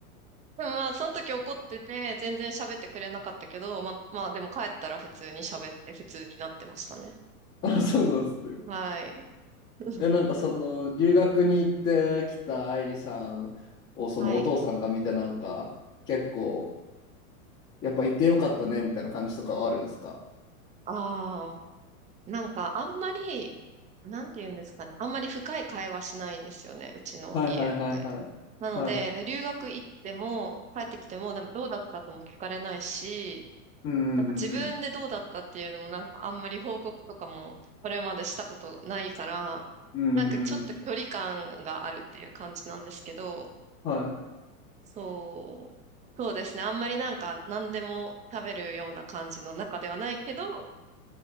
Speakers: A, on the right; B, on the left.
A: まあ、その時怒ってて、全然喋ってくれなかったけど、まあ、まあ、でも帰ったら普通に喋って、普通になってましたね。
B: <laughs> あ、そうなんですね。
A: はい。<laughs>
B: え、なんかその、留学に行ってきた愛理さんを、そのお父さんが見て、
A: はい。
B: なんか、結構、やっぱ行ってよかったね、みたいな感じとかはあるんですか
A: ああ、なんか、あんまり、なんて言うんですかね。あんまり深い会話しないんですよね、うちの家って。
B: はいはいはいはい。
A: なので、
B: はい。
A: 留学行っても、帰ってきても、でもどうだったとも聞かれないし、
B: うんうんうん
A: なんか自分でどうだったっていうのもなんかあんまり報告とかもこれまでしたことないから、
B: うん。うんうんうん。
A: なんかちょっと距離感があるっていう感じなんですけど、
B: は
A: そう、そうですね。あんまりなんか何でも食べるような感じの中ではないけど、